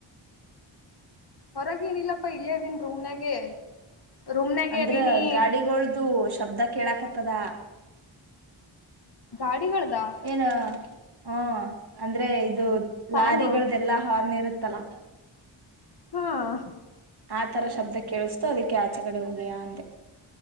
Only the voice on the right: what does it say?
ಅಂದ್ರ
ಗಾಡಿಗೊಳ್ದು ಶಬ್ದ ಕೇಳಾಕತ್ತದ
ಏನ ಹ್ಮ ಅಂದ್ರೆ ಇದು
ಲಾರಿಗಳ್ದೆಲ್ಲಾ ಹಾರ್ನ್ ಇರುತ್ತೆ ತಲ
ಆ ತರ ಶಬ್ದ ಕೇಳಿಸ್ತು ಅದಕ್ಕೆ ಆಚೆ ಕಡೆ ಹೋಗಯ ಅೆ